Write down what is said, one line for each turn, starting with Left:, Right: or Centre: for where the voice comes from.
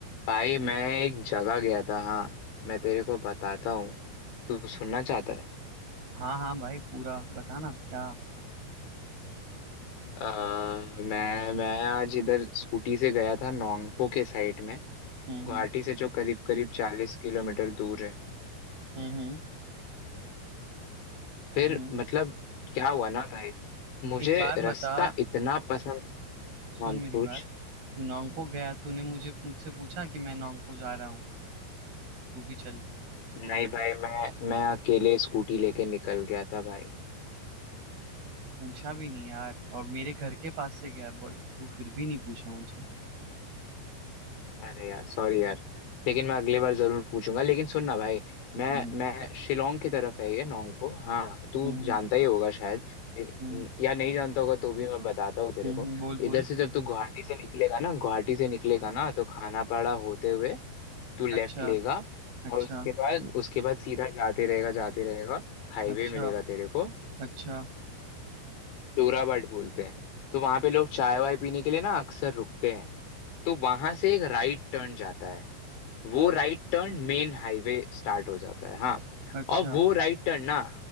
Left: भाई मैं एक जगह गया था हाँ मैं तेरे को बताता हूँ तू सुनना चाहता है
Right: हाँ हाँ भाई पूरा बताना क्या
Left: अ, मैं मैं आज इधर स्कूटी से गया था नोंगपो के साइड में
Right: हम्म
Left: गुवाहाटी
Right: हम्म
Left: से जो करीब करीब चालीस किलोमीटर दूर है
Right: हम्म हम्म हम्म
Left: फिर
Right: हम्म।
Left: मतलब क्या हुआ ना भाई मुझे
Right: एक बात
Left: रास्ता
Right: बता
Left: इतना पसंद
Right: सुन
Left: हाँ
Right: मेरी
Left: पूछ
Right: बात तू नोंगपो गया तूने मुझे मुझसे पूछा कि मैं नोंगपो जा रहा हूँ तू भी चल
Left: नहीं भाई मैं मैं अकेले स्कूटी लेके निकल गया था भाई
Right: तू पूछा भी नहीं यार और मेरे घर के पास से गया बट तू फिर भी नहीं पूछा मुझे
Left: अरे यार सॉरी यार लेकिन मैं अगली बार जरूर पूछूंगा लेकिन सुन ना भाई मैं
Right: हम्म
Left: मैं शिलोंग की तरफ है ये नोंगपो हाँ तू
Right: हम्म
Left: जानता ही होगा शायद लेकिन-
Right: हम्म
Left: या नहीं जानता होगा तो भी मैं बताता हूँ तेरे
Right: हम्म
Left: को
Right: हम्म, बोल
Left: इधर
Right: बोल
Left: से जब तू गुवाहाटी से निकलेगा ना गुवाहाटी से निकलेगा ना तो खानापाड़ा होते हुए तू लेफ्ट
Right: अच्छा
Left: लेगा
Right: अच्छा
Left: और उसके बाद उसके बाद सीधा जाते रहेगा जाते रहेगा हाईवे
Right: अच्छा
Left: मिलेगा तेरे को
Right: अच्छा
Left: जोराबाट बोलते हैं तो वहां पे लोग चाय वाय पीने के लिए ना अक्सर रुकते हैं तो वहां से एक राइट टर्न जाता है वो right turn main highway start हो जाता है हाँ
Right: अच्छा
Left: और वो राइट टर्न ना